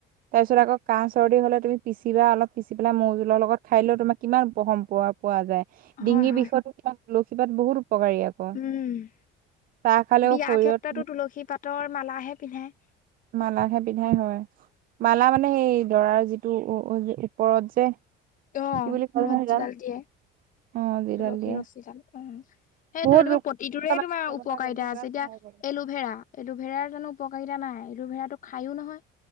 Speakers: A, on the right; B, on the left.
A: তাৰ পিছত আকৌ কাহ চৰ্দি হলে তুমি পিচিবা অলপ পিচি পেলাই মৌ জোৰ লগ খাই দিলেও তোমাৰ কিমান উপশম পোৱা। পোৱা যায়
B: হয়
A: ডিঙিৰ
B: হয়
A: বিষয়তো তোমাৰ তুলসীপাত বহুত উপকাৰী আকৌ
B: উম
A: চাহ খালেও
B: বিয়া
A: শৰীৰত
B: ক্ষেত্ৰতো তুলসী পাতৰ মালাহে পিন্ধাই।
A: মালাহে পিন্ধাই হয় মালা মানে সেই দৰাৰ যিটো ও ও ওপৰত যে
B: অ
A: কি বুলি কয়
B: মূৰত
A: জানো সেইডাল
B: যিডাল দিয়ে
A: অ যিডাল
B: তুলসী
A: দিয়ে
B: ৰছীডাল অ, সেইটো
A: বহুত
B: তুমি
A: ৰোগ
B: প্ৰতিটোৰে
A: প্ৰতিৰোধ মানে
B: তোমাৰ
A: ক্ষমতা
B: উপকাৰিতা
A: বৃদ্ধি কৰাত
B: আছে। এতিয়া
A: সহায় কৰে।
B: এলোভেৰা এলোভেৰাৰ জানো উপকাৰিতা নাই, এলোভেৰাটো খায়ো নহয়